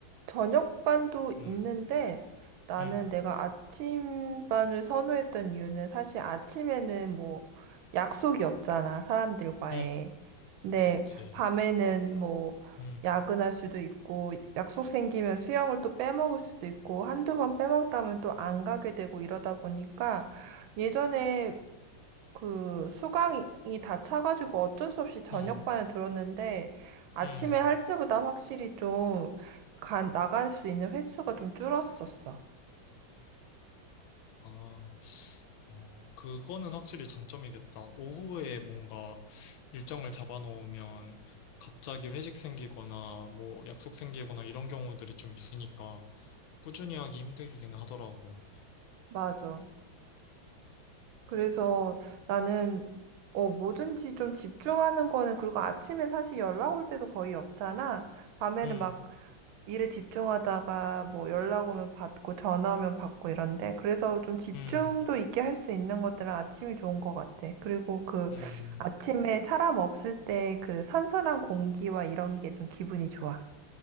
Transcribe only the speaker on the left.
음,
음,
음,
그렇지.
음,
음,
음,
음, 그렇구나. 어, 그거는 확실히 장점이겠다. 오후에 뭔가 일정을 잡아놓으면 갑자기 회식 생기거나 뭐 약속 생기거나 이런 경우들이 좀 있으니까 꾸준히 하기 힘들기는 하더라고.
음, 음,
음,
음.